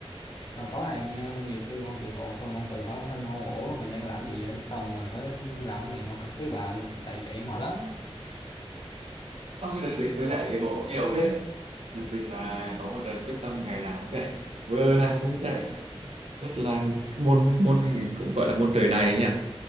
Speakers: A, on the left (about 45°); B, on the right (about 75°).
A: mà có này nha nhiều khi ông chạy bộ xong ông tự hỏi bản thân ông ủa mình đang làm gì đó xong mình phải làm cái này mà cực thấy bà luôn tại chạy mệt lắm
B: Sau cái đợt dịch tôi chạy bộ nhiều thế đợt dịch là có một đợt quyết tâm ngày nào cũng chạy vừa nào cũng chạy nhất là môn môn cũng gọi là môn trời đầy ấy nhỉ